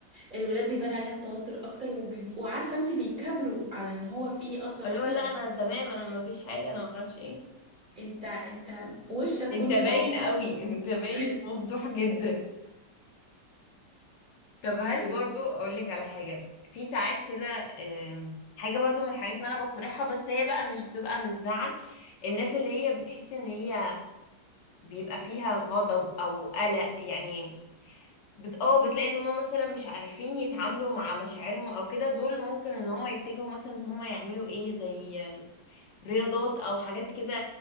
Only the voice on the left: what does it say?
اللي
هو لا
انا تمام
انا ما فيش حاجه انا ما اعرفش ايه
انت
باين
قوي انت باين
ومفضوح جدا طب هل
برضو اقول لك على حاجه في ساعات كده آم، حاجه برضو من الحاجات اللي انا بقترحها بس هي بقى مش بتبقى من الزعل الناس اللي هي بتحس ان هي بيبقى فيها غضب او قلق يعني بت... اه بتلاقي ان هم مثلا مش عارفين يتعاملوا مع مشاعرهم او كده دول ممكن ان هم يتجهوا مثلا ان هم يعملوا ايه زي آم، رياضات او حاجات كده